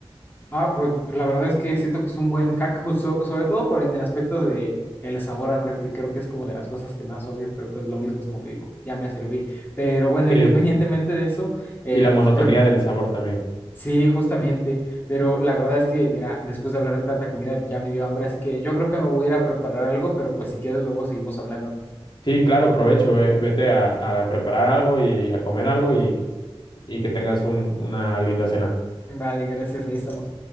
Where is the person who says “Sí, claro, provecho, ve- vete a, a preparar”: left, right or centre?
Left